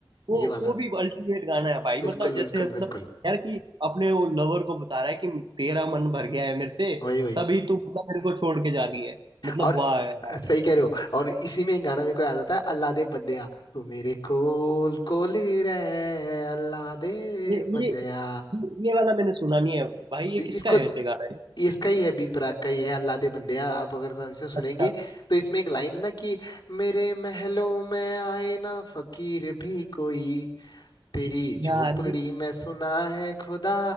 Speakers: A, on the right; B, on the left.
A: वो
B: ये वाला
A: वो भी अल्टीमेट गाना है भाई
B: बिल्कुल
A: मतलब जैसे
B: बिल्कुल
A: मतलब
B: बिल्कुल
A: यार कि अपने वो लवर को बता रहा है कि तेरा मन भर गया है मेरे से
B: वही वही
A: तभी तू मतलब मेरे को छोड़ के जा रही है मतलब
B: और
A: वाह यार
B: सही कह रहे हो और इसी में एक गाना मेरे को याद आता है अल्लाह दे बंदेया तू मेरे कोल कोल ही रहे अल्लाह दे
A: ये
B: बंदेया
A: ये ये ये वाला मैंने सुना नहीं है भाई ये
B: ये-
A: किसका
B: इसको
A: है वैसे गाना है
B: ये इसका ही है बी प्राक का ही है अल्लाह दे बंदेया आप अगर सा- इसे सुनेंगे
A: अच्छा
B: तो इसमें एक लाइन है ना कि मेरे महलों में आए ना फकीर भी कोई तेरी झोपड़ी
A: यार ये-
B: में सुना है खुदा